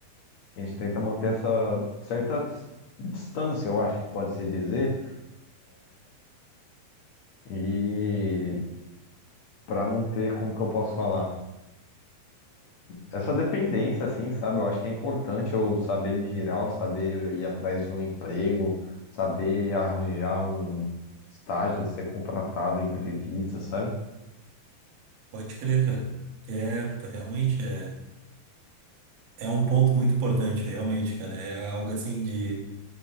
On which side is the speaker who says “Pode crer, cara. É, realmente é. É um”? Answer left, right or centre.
Right